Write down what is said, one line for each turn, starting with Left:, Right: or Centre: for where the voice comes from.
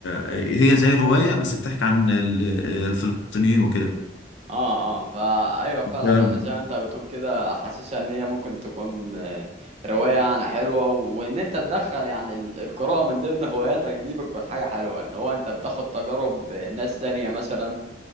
Left: آه، هي زي روايه بس بتحكي عن ال- الفلسطينيين وكده
Right: اه اه فا ايوه فعلا
Left: ده-
Right: يعني زي ما انت بتقول كده حاسسها ان هي ممكن تكون آه، روايه يعني حلوه وان انت تدخل يعني ال- القراءه من ضمن هواياتك دي بتكون حاجه حلوه ان هو انت بتاخد تجارب ناس تانية مثلا